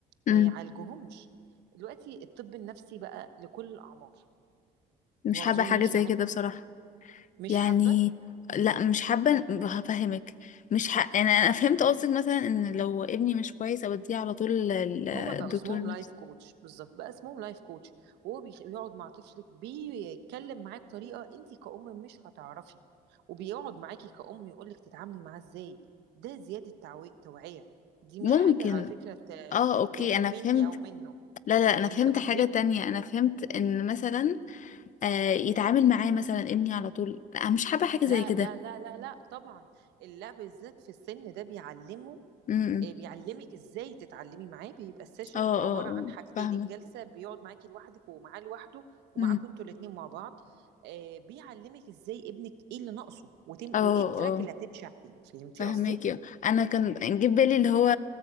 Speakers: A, on the right; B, on the left.
A: ما
B: امم
A: يعالجوهمش دلوقتي الطب النفسي بقى لكل الاعمار
B: مش
A: وما
B: حابه
A: بظنش
B: حاجه زي
A: ان
B: كده بصراحه
A: مش
B: يعني
A: حابه
B: لا مش حابه هفهمك مش ح... يعني انا فهمت قصدك مثلا ان لو ابني مش كويس اوديه على طول ال- الدكتور
A: هما بقى اسمهم
B: النفسي
A: لايف كوتش بالظبط بقى اسمهم لايف كوتش وهو بيخ- بيقعد مع طفلك بيتكلم معاه بطريقه انت كأم مش هتعرفي وبيقعد معاكي كأم يقولك تتعاملي معاه ازاي ده زياده تعوي- توعيه دي
B: ممكن
A: مش حاجه على فكره ت...
B: اه
A: ت...
B: اوكي
A: تعيب
B: انا
A: مني
B: فهمت
A: او منه
B: لا لا
A: فهمتي
B: انا فهمت
A: قصدي
B: حاجة تانية انا فهمت ان مثلا آه يتعامل معايا مثلا ابني على طول لا أنا مش حابة حاجة زي
A: لا
B: كده
A: لا لا لا لا طبعا اللعب بالذات في السن ده بيعلمه
B: امم
A: آه، بيعلمك ازاي تتعلمي معاه بيبقى السيشن
B: اه اه
A: عباره
B: اه
A: عن حاجتين
B: فاهمة
A: الجلسه بيقعد معاكي لوحدك ومعاه لوحده ومعاكم
B: امم
A: انتوا الاثنين مع بعض آه، بيعلمك ازاي ابنك ايه اللي ناقصه وتم
B: اه
A: وايه التراك
B: اه
A: اللي هتمشي عليه فهمتي
B: فهماكي
A: قصدي
B: اه. انا كان جه في بالي اللي هو